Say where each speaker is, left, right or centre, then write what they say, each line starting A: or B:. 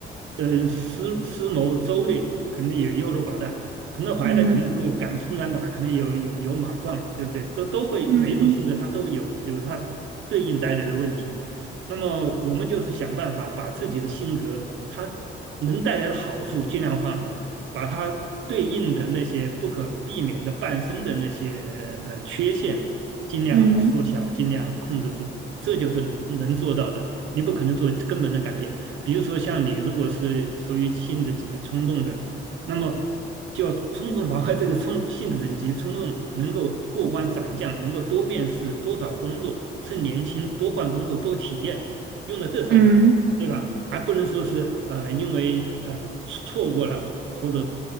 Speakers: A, on the right; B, on the right.
A: 呃思思谋周略，肯定也优柔寡断。彭德怀呢，
B: 嗯
A: 可能就敢冲敢打，可能有有有莽撞，对不对？都都会每一种性格他都有有他对应带来的问题。
B: 嗯
A: 那么我们就是想办法把自己的性格他能带来的好处尽量放大。把它对应的那些不可避免的伴生的那些呃缺陷，尽量缩小，
B: 嗯
A: 尽量控制住，这就是能能做到的。你不可能做根本的改变，比如说像你如果是属于性子急冲动的，那么就要充分防范这个冲性子急冲动能够过关斩将，能够多面试、多找工作，趁年轻多换工作、多体验，用在这上面。
B: 嗯
A: 对吧？还不能说是呃，因为呃错过了或者